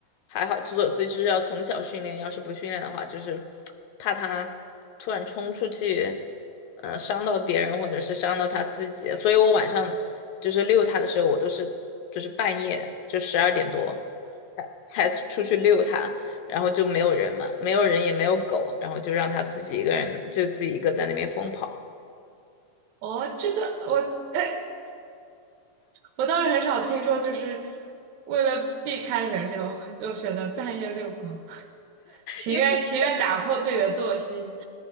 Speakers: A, on the left; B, on the right.
A: 还好，所所以就是要从小训练，要是不训练的话，就是怕他突然冲出去，呃，伤到别人或者是伤到他自己。所以我晚上就是遛他的时候，我都是就是半夜就十二点多才才出去遛他。然后就没有人嘛，没有人也没有狗，然后就让它自己一个人，就自己一个在那边疯跑。
B: 哦，这个我 <laughs>。我倒是很少听说，就是为了避开人流，就选择半夜遛狗，<laughs> 情愿情愿打破自己的作息。
A: 因为。